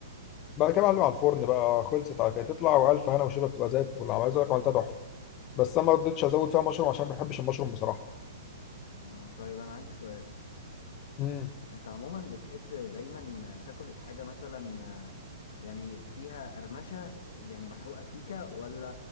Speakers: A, on the left; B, on the left.
A: بعد كده معلم على الفرن بقى خلصت على كده تطلع والف هنا وشفا بتبقى زي الفل عايز اقول لك عملتها تحفه بس انا ما رضيتش ازود فيها مشروم عشان ما بحبش المشروم بصراحه
B: اه طيب انا عندي سؤال
A: امم
B: انت عموما بتحب دايما تاكل الحاجة مثلا آه، يعني فيها قرمشة يعني محروقة سيكة ولا